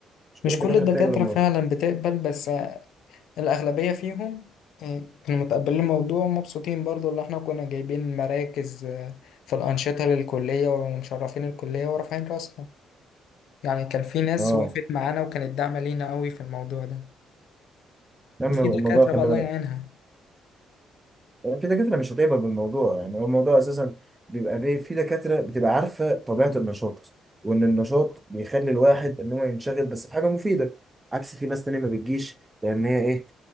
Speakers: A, on the right; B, on the left.
A: مش كل
B: مش
A: الدكاترة
B: كل الدكاترة
A: بتقبل الموضوع
B: فعلا بتقبل بس الأغلبية فيهم آه، كانوا متقبلين الموضوع ومبسوطين برضو اللي احنا كنا جايبين مراكز آه، في الأنشطة للكلية ومشرفين الكلية ورافعين راسهم يعني كان في ناس
A: اه
B: وقفت معانا وكانت داعمة لينا قوي في الموضوع ده
A: اما
B: وفي
A: الموضوع
B: دكاترة
A: خلي
B: بقى الله
A: بالك
B: يعينها
A: يعني في دكاترة مش هتقبل بالموضوع يعني هو الموضوع أساسا بيبقى في في دكاترة بتبقى عارفة طبيعة النشاط وإن النشاط بيخلي الواحد إن هو ينشغل بس في حاجة مفيدة عكس في ناس تانية ما بتجيش لأن هي إيه